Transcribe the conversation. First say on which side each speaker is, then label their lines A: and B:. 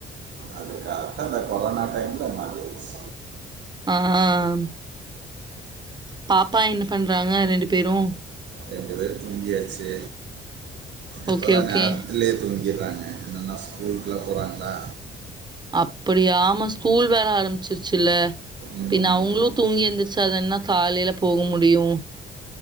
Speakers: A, on the right; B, on the right.
A: அது கார்ட்டா அந்த கொரோனா டைம்ல மாட்டிருச்
B: அ ஹ அ பாப்பா என்ன பண்றாங்க ரெண்டு பேரு
A: ரெண்டு பேரு தூங்கியாச்சு இப்பதா
B: ஓகே ஓகே.
A: நேர வில்லே தூங்கிற்றாங்க என்னன்னா ஸ்கூல்க்குள்ளா போறாங்ளா
B: அப்புடியா ஆமா ஸ்கூல் வேற ஆரம்ச்சிர்ச்சில்ல
A: ம்,
B: பின்ன அவுங்ளு தூங்கி எந்துர்ச்சா தன்ன காலைல போக முடியு